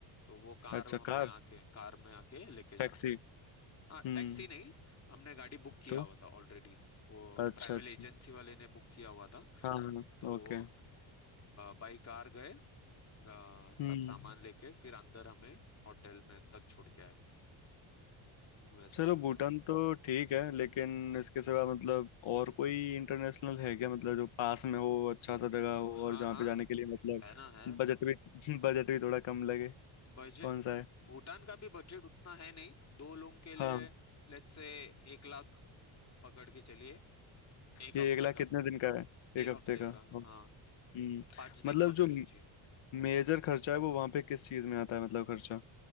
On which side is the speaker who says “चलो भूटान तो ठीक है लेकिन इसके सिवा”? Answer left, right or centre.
Left